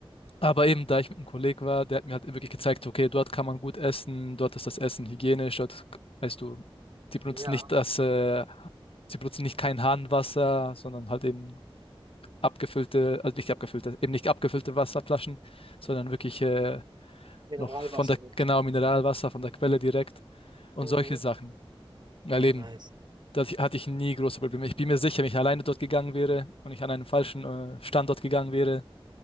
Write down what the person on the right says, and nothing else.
Ja.
Mineralwasser
sozusagen.
Mhm.
Ja,
nice.